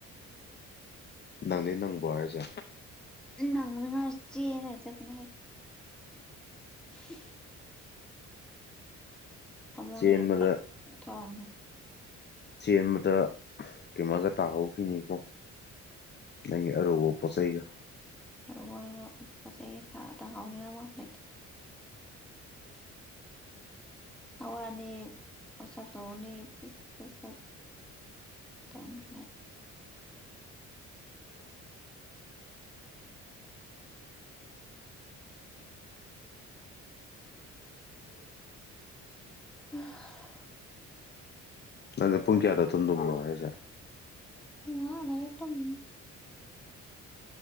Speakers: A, on the left (about 35°); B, in the centre.
A: ꯅꯪꯗꯤ ꯅꯪꯕ꯭ꯔꯣ ꯍꯥꯏꯔꯤꯁꯦ
B: ꯅꯡꯅꯉꯥꯏ ꯆꯦꯟꯔꯒ ꯆꯠꯄꯅꯤꯍꯦ <inaudible> ꯐꯃꯨꯡꯗꯒꯤ
A: ꯆꯦꯟꯕꯗ
B: ꯄ꯭ꯔꯡ ꯊꯣꯛꯑꯣꯅꯦ
A: ꯆꯦꯟꯕꯗ ꯀꯩꯃꯒ ꯇꯥꯍꯧꯈꯤꯅꯤꯀꯣ ꯅꯪꯒꯤ ꯑꯔꯨꯕ ꯄꯣꯠꯆꯩꯒ
B: ꯅꯪ ꯋꯥꯔꯤꯕꯣ ꯄꯣꯠ ꯆꯩꯒꯥ ꯇꯥ ꯇꯥꯍꯧꯅꯤꯡꯉꯥꯏ ꯃꯐꯝ ꯂꯩꯇꯦ ꯍꯋꯥꯅꯤ ꯑꯣꯁꯞ ꯇꯧꯔꯅꯤ ꯁ ꯁꯁꯠ ꯗꯣꯟꯃꯦ ꯍ
A: ꯅꯪꯖꯦ ꯄꯨꯡ ꯀꯌꯥꯗ ꯊꯨꯝꯗꯨꯝꯅꯣ ꯍꯥꯏꯁꯦ
B: ꯉꯥꯏꯍꯥꯛ ꯂꯩꯔ ꯇꯨꯝꯅꯤ